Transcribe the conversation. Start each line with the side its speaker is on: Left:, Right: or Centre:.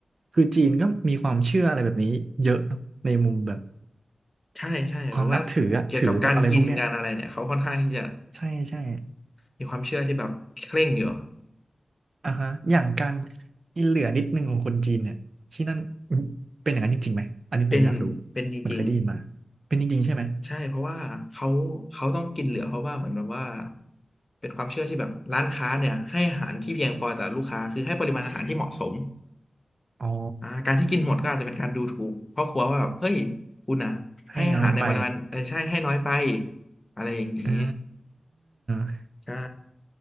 Right: คือจีนก็มีความเชื่ออะไรแบบนี้เยอะเนอะในมุมแบบ
Left: ใช่ใช่แบบว่าเกี่ยวกับการกินการอะไรเนี่ยเขาค่อนข้างที่จะ
Right: ความนับถืออะถือแบบอะไรพวกเนี้ยใช่ใช่
Left: มีความเชื่อที่แบบเคร่งอยู่
Right: อ่าฮะอย่างการกินเหลือนิดนึงของคนจีนเนี่ยที่นั่นเป็นอย่างนั้นจริงๆไหมอันนี้ผมอยากรู้
Left: เป็นเป็นจริงๆ
Right: มันเคยได้ยินมา เป็นจริงๆใช่ไหม
Left: ใช่เพราะว่าเขาเขาต้องกินเหลือเพราะว่าเหมือนแบบว่าเป็นความเชื่อที่แบบร้านค้าเนี่ยให้อาหารที่เพียงพอแต่อลูกค้าคือให้ปริมาณอาหารที่เหมาะสม
Right: อ๋อ
Left: อ่าการที่กินหมดก็อาจจะเป็นการดูถูกพรอครัวว่าแบบเฮ้ยคุณนะให้อาหารในปริมาณเออใช่ให้น้อยไป
Right: ให้น้อยไป
Left: อะไรอย่างนี้
Right: อ่า
Left: ใช่